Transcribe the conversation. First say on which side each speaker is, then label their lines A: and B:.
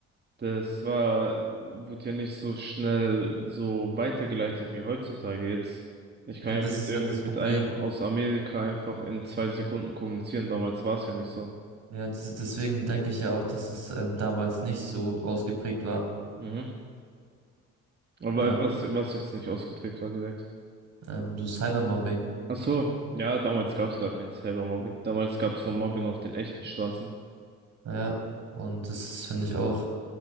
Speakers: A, on the right; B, on the right.
A: das war, wurde ja nicht so schnell so weitergeleitet wie heutzutage. Jetzt, ich kann
B: ja,
A: ja
B: das
A: mit
B: ist
A: irgendwie
B: ja das
A: mit
B: Problem.
A: einem aus Amerika einfach in zwei Sekunden kommunizieren. Damals war es ja nicht so.
B: Ja, das ist, deswegen denke ich ja auch, dass es ähm, damals nicht so ausgeprägt war.
A: Mhm. Aber
B: Ja,
A: was, was jetzt nicht ausgeprägt war direkt.
B: ähm, so Cybermobbing.
A: Ach so, ja, damals gab es gar kein Cybermobbing. Damals gab es nur Mobbing auf den echten Straßen.
B: Ja, und das finde ich auch,